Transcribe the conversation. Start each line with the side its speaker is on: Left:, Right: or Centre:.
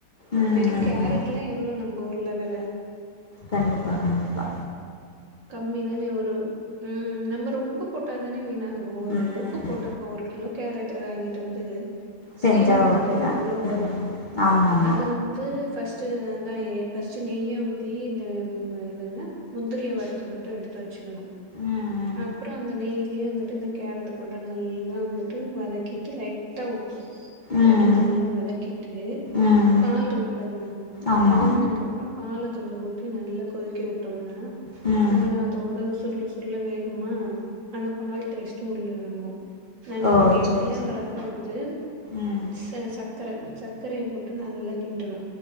Left: ம்
Right: வெறுங்
Left: ம்
Right: கேரட்
Left: ம்
Right: எல்லா எவ்வளோ நம்மக் ஊர்ல வேல
Left: கண்டிப்பா கண்டிப்பா
Right: கம்மி தானே ஒரு ம் நம்ம ரொம்ப போட்டா தானே வீணாகு ஓரளவுக்கு
Left: ம்
Right: போட்டா ப்போ ஒரு கிலோ கேரட்டு வாங்கிட்டு வந்து
Left: செஞ்சா
Right: சீவனோம்னாலே
Left: ஓகே தா
Right: அவ்ளோ வரு
Left: ம் ஆமா ஆமா
Right: அத வந்து ஃபஸ்ட் சு அந்தா ஏ ஃபஸ்டு நெய்ய ஊத்தி இந்த ம் இதென்ன முந்திரிய வறுத் அ மட்டும் எடுத்து சுகனு
Left: ம்
Right: அப்ற அந்த நெய்லேயே வந்துட்டு இந்த கேரட்ட போட்டு நல்லா வந்துட்டு வதக்கிட்டு லைட்டா உ உப்பு போட்டு
Left: ம் ம்
Right: நல்லா வதக்கிட்டு
Left: ம்
Right: பால்றிக் பாருங்க
Left: ஆமா
Right: வதங்னங்கப்பற பால கொஞ்ச ஊத்தி நல்லா கொதிக்க விட்டோம்னா
Left: ம்
Right: நல்லா அதோட சுருல சுருல வேகுமா ம் அந்த பால் டேஸ்ட்டு உள்ள இறங்கு நல்லா
Left: ஓ
Right: ஒரு கெட்டியா
Left: சேரி சேரி
Right: வரப்ப வந்து
Left: ம்
Right: ச சக்கரை சக்கரைய போட்டு நல்லா கிண்டணு